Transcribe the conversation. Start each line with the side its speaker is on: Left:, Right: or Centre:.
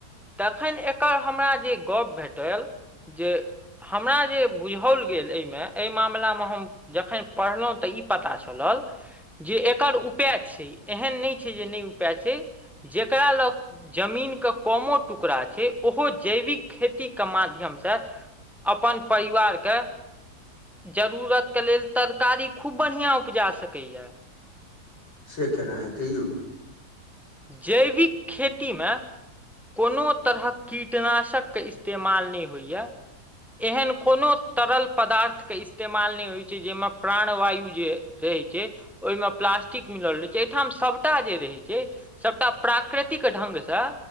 Centre: तखन एकर हमरा जे गप्प भेटल जे हमरा जे बुझाओल गेल एहिमे एहि मामिलामे हम जखन पढ़लहुँ तै ई पता चलल जे एकर उपाय छै एहन नहि छै जे नहि उपाय छै जे जेकरा लग जमीन के कोमो टुकड़ा छै ओहो जैविक खेती के माध्यम से अपन परिवारके जरूरतके लेल तरकारी खूब बढ़िआँ उपजा सकैए
Left: से केना हेतै यौ
Centre: जैविक खेतीमे कोनो तरहक कीटनाशकके इस्तेमाल नहि होइए एहन कोनो तरल पदार्थ के इस्तेमाल नहि होइत छै जाहिमे प्राणवायु जे रहै छै ओहिमे प्लास्टिक मिलल रहै छै एहिठाम सभटा जे रहै छै सभटा प्राकृतिक ढंगसँ